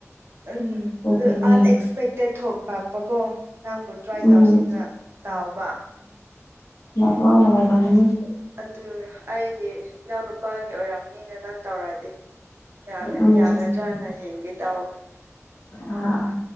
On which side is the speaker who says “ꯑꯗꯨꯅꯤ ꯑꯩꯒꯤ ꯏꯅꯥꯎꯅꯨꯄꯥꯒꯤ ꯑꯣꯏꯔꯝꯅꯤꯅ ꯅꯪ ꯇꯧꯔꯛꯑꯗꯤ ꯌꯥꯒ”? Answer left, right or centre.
Right